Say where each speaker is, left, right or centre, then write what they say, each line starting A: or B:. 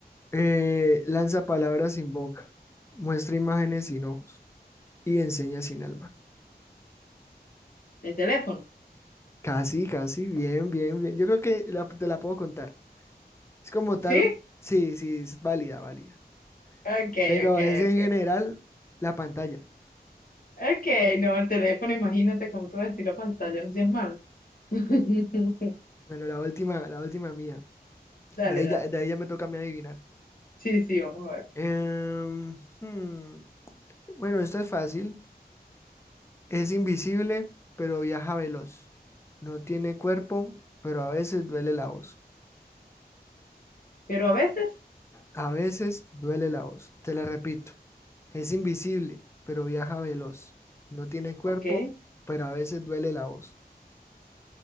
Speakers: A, on the left; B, on the left.
A: Eh, lanza palabras sin boca, muestra imágenes sin ojos y enseña sin alma.
B: ¿El teléfono?
A: Casi, casi, bien, bien, bien. Yo creo que la- te la puedo contar. Es como
B: ¿Sí?
A: tal, sí, sí, es válida, válida.
B: Ok,
A: Pero
B: ok,
A: es en
B: ok.
A: general la pantalla.
B: Ok, no, el teléfono, imagínate cómo tú vas a decir la pantalla, no seas malo. <laughs>
A: Bueno, la última, la última mía.
B: Dale,
A: De ahí
B: dale.
A: ya, de ahí ya me toca a mí adivinar.
B: Sí, sí, vamos a ver.
A: Em, hmm, Bueno, esto es fácil. Es invisible, pero viaja veloz. No tiene cuerpo, pero a veces duele la voz.
B: Pero a veces,
A: A veces duele la voz, te la repito. Es invisible, pero viaja veloz. No tiene cuerpo,
B: ok.
A: pero a veces duele la voz.